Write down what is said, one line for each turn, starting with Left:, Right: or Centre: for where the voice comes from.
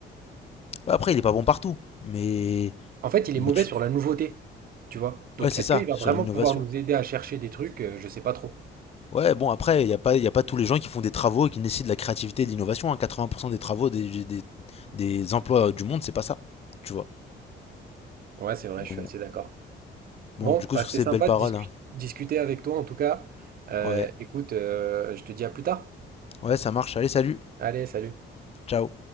Left: Ouais, Après, il est pas bon partout, mais,
Right: En fait, il
Left: mais
Right: est mauvais
Left: tu-
Right: sur la nouveauté, tu vois. Donc,
Left: ouais, c'est
Right: est-ce
Left: ça,
Right: qu'il va
Left: sur
Right: vraiment
Left: l'innovation.
Right: pouvoir nous aider à chercher des trucs? Euh, Je sais pas trop.
Left: Ouais, bon, après, il n'y a pas, y a pas tous les gens qui font des travaux et qui nécessitent de la créativité et de l'innovation. hein. 80% des travaux des, des, des emplois du monde, c'est pas ça, tu vois.
Right: Ouais, c'est vrai,
Left: Donc,
Right: je suis assez
Left: bon.
Right: d'accord.
Left: Bon,
Right: Bon,
Left: du coup,
Right: bah,
Left: sur
Right: c'était
Left: ces
Right: sympa
Left: belles paroles,
Right: de discu-
Left: hein.
Right: discuter avec toi en tout cas. Euh,
Left: Ouais,
Right: écoute, euh, je te dis à plus tard.
Left: ouais, ça marche. Allez, salut,
Right: Allez, salut.
Left: ciao.